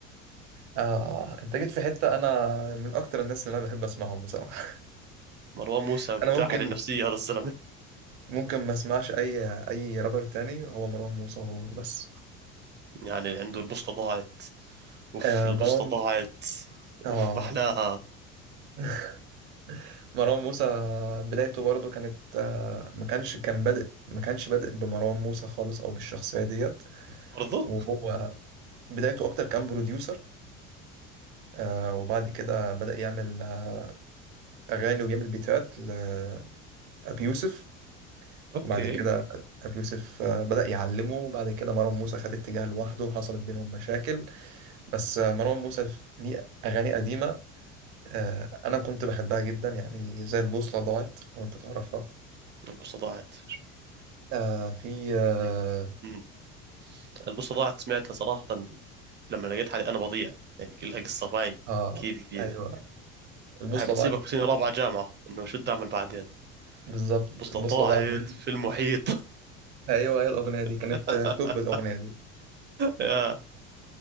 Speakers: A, on the right; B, on the right.
A: آه أنت جيت في حتة أنا من أكتر الناس اللي أنا بحب أسمعهم بصراحة
B: مروان موسى
A: <laughs>
B: بتلعب
A: أنا ممكن
B: النفسيه هذا الزلمه
A: ممكن ما اسمعش اي اي رابر تاني هو مروان موسى هو بس
B: يعني عنده البوصله ضاعت اوف
A: آه
B: البوصله
A: مروان
B: ضاعت اوف
A: اه
B: محلاها
A: <laughs> مروان موسى بدايته برضو كانت آه ما كانش كان بادئ ما كانش بادئ بمروان موسى خالص او بالشخصية ديت
B: برضه
A: وهو بدايته اكتر كان بروديوسر آه وبعد كده بدأ يعمل آه، اغاني وبيعمل بيتات لابي يوسف
B: اوكي
A: وبعد كده ابي يوسف آه، بدأ يعلمه وبعد كده مروان موسى خد اتجاه لوحده وحصلت بينهم مشاكل بس آه، مروان موسى ليه اغاني قديمة آه، انا كنت بحبها جدا يعني زي البوصله ضاعت لو انت تعرفها
B: البوصله ضاعت
A: آه في اه,
B: مم. مم. البوصة ضاعت سمعتها صراحة لما لقيت حالي أنا بضيع يعني لها قصة معي
A: آه
B: كثير كبيرة
A: ايوه البوصله
B: هاي بتصيبك
A: ضاعت
B: في سنة
A: منه
B: رابعة جامعة إنه شو بدي أعمل بعدين
A: بالظبط
B: البوصلة
A: البوصله
B: ضاعت
A: ضاعت منه
B: في المحيط
A: ايوه هي الاغنيه دي
B: <laughs>
A: كانت آه، توب الاغنيه دي
B: يا